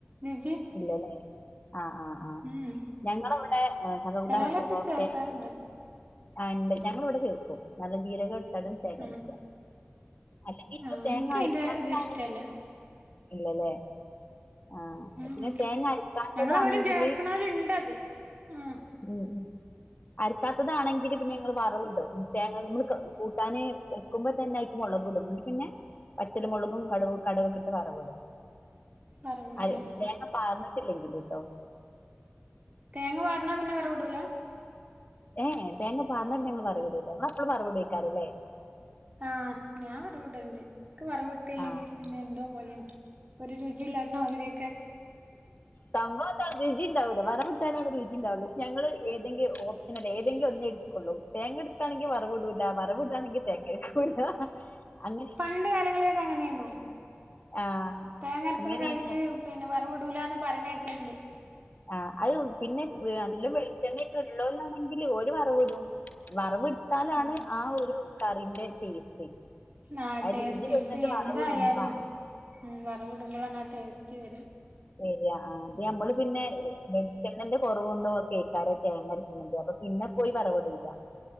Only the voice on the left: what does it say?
ഇല്ലല്ലെ ആഹ് ആഹ് ആഹ്
ഞങ്ങളവിടെ ചക്ക കൂട്ടാൻ
വെക്കുമ്പോ
തേങ്ങീം ആഹ് ണ്ട് ഞങ്ങളവിടെ ചേർക്കും നല്ല ജീരക ട്ടത് തേങ്ങരക്കാ
അല്ലെങ്കിൽ ഇങ്ങള്
തേങ്ങ
അരക്കാത്തതാണെങ്കിൽ
ഇല്ലല്ലേ ആഹ്
പിന്നെ തേങ്ങ അരക്കാത്തതാണെങ്കില്
ഉം ഉം അരക്കാത്തതാണെങ്കിൽ പിന്നെ ഞങ്ങള് വറവ് ട്ടും തേങ്ങ നമ്മൾ കൂട്ടാന് വെക്കുമ്പ തന്നെ ആയിക്ക് മുളക് ഇടും പിന്നെ വറ്റല് മുളകും കടക് കടകൊക്കെ ഇട്ട് വറവിടും
അര തേങ്ങ പാർന്നിട്ടില്ലെങ്കില്ട്ടോ
ഏ് ഏ തേങ്ങ പാറന്നാ പിന്നെ ഞങ്ങള് വറവിടുല്ല ഇങ്ങൾ എപ്പളും വറവിടേ കാരുംല്ലേ
ആഹ്
സംഭവത്താണ് രുചി ഉണ്ടാവില്ല വറവിട്ടാലാണ് രുചിണ്ടാവൊ ള്ളു പക്ഷെ ഞങ്ങള് ഏതേലും ഓപ്ഷനൽ ഏതെങ്കിലും ഒന്നേ ഇടു ൂ തേങ്ങ എടുക്കുകയാണെങ്കിൽ വറവ് ഇടൂല വറവ് ഇടാണെങ്കിൽ തേങ്ങ എടുക്കൂല്ല അങ്ങനെ
ആഹ്
അങ്ങനേണ്
ഞാൻ
ആ അത് പിന്നെ നല്ലാം വെളിച്ചണ്ണൊക്കെ ഉ ളോല്ലാണെങ്കിൽ ഒരു വറവ് ഇടും വറവ്ടുത്താലാണ്
ആ ഒരു കറിന്റെ ടേസ്റ്റ്
ആ
രുചി വരുന്നത് വറവിടുമ്പളാണ്.
ശരിയാ ആ അത് മ്മള് പിന്നെ വെളിച്ചെണന്റെ കുറവുണ്ടോ കേക്കാരും തേങ്ങരക്കാണ്ട് അപ്പൊ പിന്നെ പോയി വറവിടൂല്ല